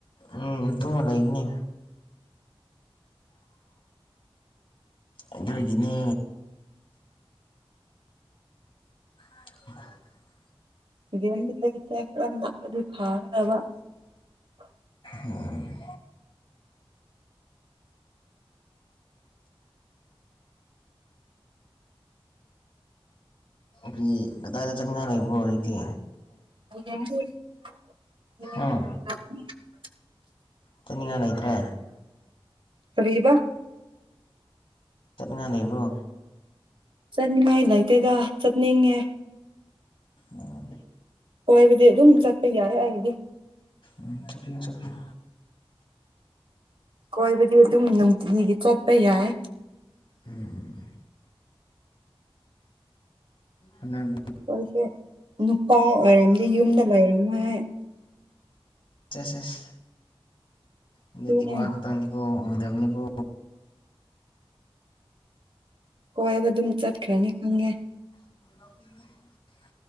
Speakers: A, on the left; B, on the right.
A: ꯎꯝ ꯇꯨꯝꯔ ꯂꯩꯕꯅꯤ ꯑꯗꯨꯒꯤꯅꯦ <inaudible>
B: <unintelligible>
A: ꯎꯝ ꯕꯤ ꯀꯗꯥꯏꯗ ꯆꯠꯅꯤꯡꯉꯥꯏ ꯂꯩꯕ꯭ꯔꯣ ꯂꯩꯇꯦ
B: <unintelligible> <unintelligible>
A: ꯎꯝ ꯆꯠꯅꯤꯡꯉꯥꯏ ꯂꯩꯇ꯭ꯔꯦ
B: ꯀꯔꯤꯕ
A: ꯆꯠꯅꯤꯡꯉꯥꯏ ꯂꯩꯕ꯭ꯔꯣ
B: ꯆꯠꯅꯤꯡꯉꯥꯏ ꯂꯩꯇꯦꯗ ꯆꯠꯅꯤꯡꯉꯦ
A: ꯑꯣ
B: ꯑꯣꯏꯕꯗꯤ ꯑꯗꯨꯝ ꯆꯠꯄ ꯌꯥꯏ ꯑꯩꯕꯨꯗꯤ
A: ꯎꯝ ꯆꯠꯄꯤꯌꯨ ꯆꯠꯄꯤꯌꯨ
B: ꯀꯣꯏꯕꯗꯤ ꯑꯗꯨꯝ ꯅꯨꯡꯇꯤꯒꯤꯒꯤ ꯆꯠꯄ ꯌꯥꯏ
A: ꯎꯝ ꯎꯝ
B: ꯑꯩꯈꯣꯏꯁꯦ ꯅꯨꯄꯥ ꯑꯣꯏꯔꯝꯗꯤ ꯌꯨꯝꯗ ꯂꯩꯔꯝꯃꯣꯏ ꯑꯩ
A: ꯁꯦꯁꯪ ꯁꯦꯁ ꯑꯗꯨꯗꯤ
B: ꯑꯗꯨꯅꯦ
A: ꯋ ꯈꯇꯅꯤꯀꯣ ꯃꯣꯏꯗꯅꯤꯕꯨ
B: ꯀꯣꯏꯕ ꯑꯗꯨꯝ ꯆꯠꯈ꯭ꯔꯅꯤ ꯈꯪꯉꯦ
A: <inaudible>